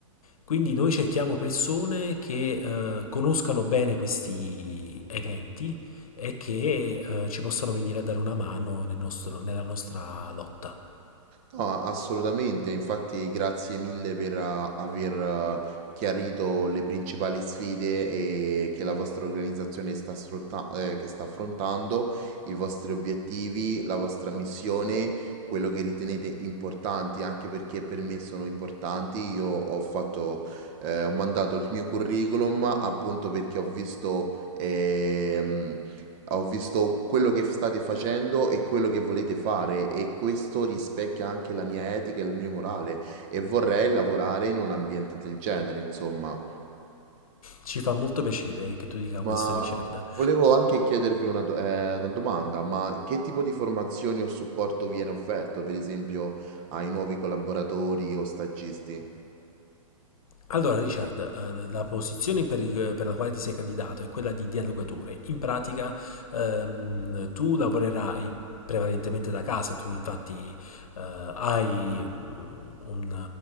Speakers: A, on the left (about 85°); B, on the right (about 25°).
A: Quindi noi cerchiamo persone che eh, conoscano bene questi eventi e che eh, ci possano venire a dare una mano nel nostro- nella nostra lotta.
B: No, a- assolutamente, infatti grazie mille per ah, aver ah, chiarito le principali sfide e che la vostra organizzazione sta, sfrutta- eh, che sta affrontando, i vostri obiettivi, la vostra missione, quello che ritenete importanti, anche perché per me sono importanti. Io ho fatto, eh, ho mandato il mio curriculum appunto perché ho visto... ehm, ho visto quello che state facendo e quello che volete fare e questo rispecchia anche la mia etica e il mio morale e vorrei lavorare in un ambiente del genere, insomma.
A: Ci fa molto piacere che tu dica
B: Ma
A: questo, Richard.
B: volevo anche chiedervi una, do- eh, una domanda, ma che tipo di formazioni o supporto viene offerto, per esempio, ai nuovi collaboratori o stagisti?
A: Allora, Richard, eh, la posizione per, il- per la quale ti sei candidato è quella di dialogatore. In pratica, ehm, tu lavorerai prevalentemente da casa, tu infatti eh, hai un, un-